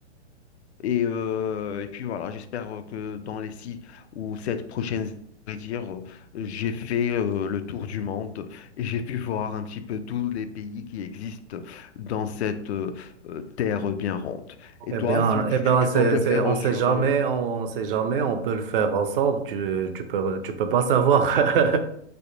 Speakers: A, on the left (about 70°); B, on the right (about 50°).
A: Et, euh, et puis voilà, j'espère euh, que dans les six ou sept prochaines années, je vais dire, euh, j'ai fait euh, le tour du monde et j'ai pu voir un petit peu tous les pays qui existent dans cette euh, euh, terre bien ronde. Et
B: Eh
A: toi,
B: bien,
A: si tu,
B: eh bien,
A: tu- tu
B: c'est,
A: comptes le
B: c'est,
A: faire
B: on
A: euh,
B: sait
A: sur...
B: jamais,
A: euh,
B: on, on sait jamais, on peut le faire ensemble. Tu, tu peux, tu peux pas savoir. <laughs>